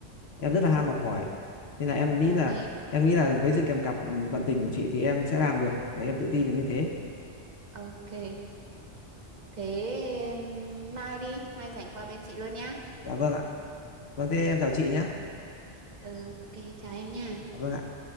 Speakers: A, on the left; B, on the right.
A: em rất
B: ừ.
A: là ham học hỏi. Nên là em nghĩ
B: Ok,
A: là em nghĩ là với sự kèm cặp ừ, tận tình của chị thì em sẽ làm được. Đấy em tự tin là như thế.
B: ok. Thế ừm, mai đi, mai rảnh qua bên chị luôn nhá.
A: Dạ vâng ạ. Vâng thế
B: Ừ,
A: em chào chị nhé.
B: ừ, ok, chào em nha.
A: Dạ vâng ạ.